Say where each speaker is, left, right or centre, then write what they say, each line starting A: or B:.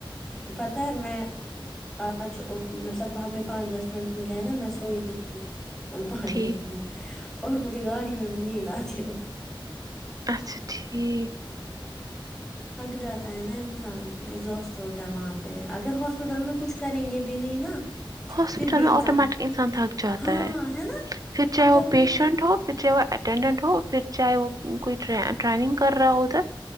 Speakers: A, in the centre; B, on the right.
A: پتہ ہے میں آج مطلب ہمیں پانچ دس منٹ ملے ہیں نا میں سوئی تھی ان پانچ
B: ٹھیک
A: دس منٹ اور مجھے گاڑی میں بھی نیند آتی ہے پھر
B: اچھا ٹھیک
A: <inaudible> تھک جاتا ہے نا انسان ایگزوسٹ ہوتا ہے وہاں پہ اگر ہاسپٹل میں کچھ کریں گے بھی نہیں نا
B: ہاسپٹل
A: پھر بھی
B: میں
A: انسان
B: آٹومیٹک انسان تھک جاتا
A: ہاں
B: ہے
A: نا
B: پھر چاہے
A: اگر
B: وہ
A: میں
B: پیشنٹ ہو پھر چاہے وہ اٹینڈنٹ ہو پھر چاہے وہ کوئی ٹریننگ کر رہا ہو ادھر